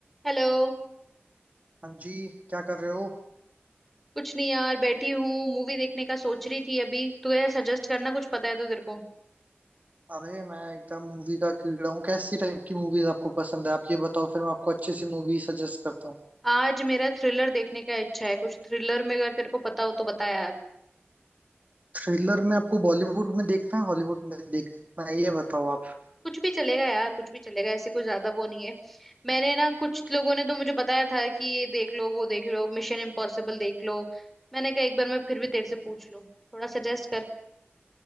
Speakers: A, in the centre; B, on the right.
A: Hello
B: हाँ जी क्या कर रहे हो
A: कुछ नहीं यार बैठी हूँ मूवी देखने का सोच रही थी अभी तू यार सजेस्ट करना कुछ पता है तो तेरे को
B: अरे मैं एकदम मूवी का कीड़ा हूँ कैसी टाइप की मूवीज आपको पसंद है आप ये बताओ फिर मैं आपको अच्छी सी मूवी सजेस्ट करता हूँ
A: आज मेरा थ्रिलर देखने का इच्छा है कुछ थ्रिलर में अगर तेरे को पता हो तो बता यार
B: थ्रिलर में आपको बॉलीवुड में देखना है हॉलीवुड में देखना है ये बताओ आप
A: कुछ भी चलेगा यार कुछ भी चलेगा ऐसे कोई ज्यादा वो नहीं है मैंने ना कुछ लोगों ने तो मुझे बताया था कि ये देख लो वो देख लो मिशन इम्पॉसिबल देख लो मैंने कहा एक बार मैं फिर भी तेरे से पूछ लूँ थोड़ा सजेस्ट कर